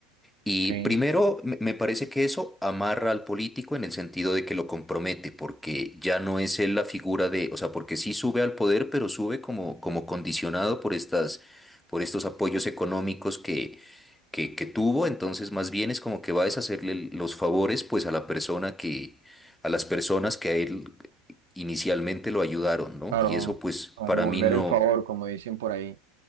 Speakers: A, in the centre; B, on the right.
A: Y
B: ok.
A: primero, me me parece que eso amarra al político en el sentido de que lo compromete, porque ya no es él la figura de, o sea, porque sí sube al poder, pero sube como, como condicionado por estas, por estos apoyos económicos que, que, que tuvo, entonces más bien es como que va a deshacerle los favores, pues a la persona que, a las personas que a él inicialmente lo ayudaron, ¿no?
B: Claro,
A: Y eso, pues,
B: a
A: para
B: devolver
A: mí no.
B: el favor, como dicen por ahí,